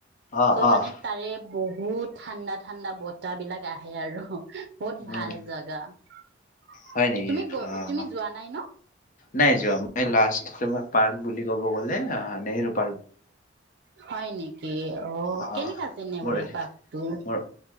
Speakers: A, on the left (about 45°); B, on the right (about 60°).
A: অ',
B: চ' মানে
A: অ',
B: তাৰে বহু বহুত ঠাণ্ডা- ঠাণ্ডা বত তা বিলাক আহে আৰু। বহুত ভাল
A: উম।
B: জাগা। তুমি
A: হয় নেকি
B: গ,
A: অ',
B: তুমি যোৱা নাই ন?
A: নাই যোৱা মই লাষ্ট তমাৰ পাৰ্ক বুলি ক'ব গ'লে, অঁ নেহৰপ
B: হয় নেকি? অঁ
A: অ',
B: কেনেকা আছে নেওৰী
A: মোৰ
B: পাক টো?
A: মোৰ